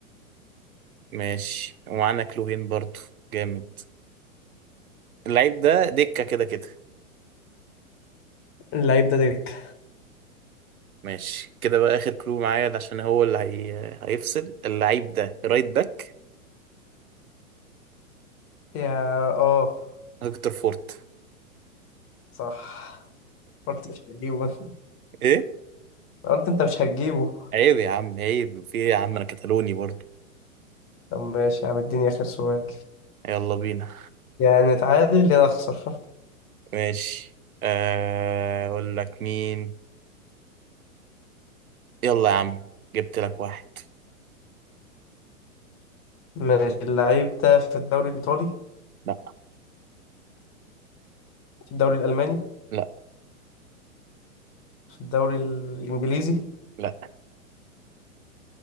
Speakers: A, on the right (about 80°); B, on the left (about 30°).
A: ماشي ومعانا كلوهين برضو جامد اللعيب ده دكه كده كده
B: اللعيب ده دكة
A: ماشي كده بقى آخر كلو معايا ده عشان هو اللي هي... هيفصل اللعيب ده رايت باك
B: يا اه
A: هيكتور فورت
B: صح قلت مش هتجيبه <laughs> انت
A: ايه
B: قلت انت مش هتجيبه
A: عيب يا عم عيب في ايه يا عم انا كتالوني برضو
B: طب ماشي يا عم اديني اخر سؤال
A: يلا بينا
B: يعني نتعادل يا نخسر
A: ماشي آه، اقول لك مين يلا يا عم جبت لك واحد
B: ماشي اللعيب ده في الدوري الايطالي
A: لا
B: في الدوري الالماني
A: لا
B: في الدوري الانجليزي في
A: لا